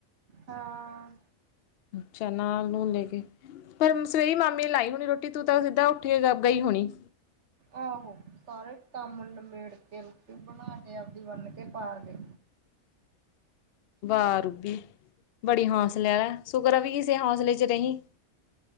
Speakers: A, on the right; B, on the left.
A: ਹਾਂ।
B: ਅਛਾ ਨਾਲ ਨੂੰ ਲੈ ਕੇ। ਫਿਰ ਸਵੇਰੀ ਮਾਮੀ ਲਾਈ ਹੋਣੀ ਰੋਟੀ ਤੂੰ ਤਾਂ ਸਿੱਧਾ ਉੱਠ ਕੇ ਗਈ ਹੋਣੀ।
A: ਆਹੋ ਸਾਰੇ ਕੰਮ ਨਮੇੜ ਕੇ ਰੋਟੀ ਬਣਾ ਕੇ ਆਪਦੀ ਵੰਨ ਕੇ ਪਾ ਗਏ।
B: ਵਾਹ ਰੂਬੀ ਬੜੀ ਹੌਸਲਿਆਂ ਵ ਸੁਕਰ ਵੀ ਇਸੇ ਹੌਸਲੇ ਚ ਰਹੀ।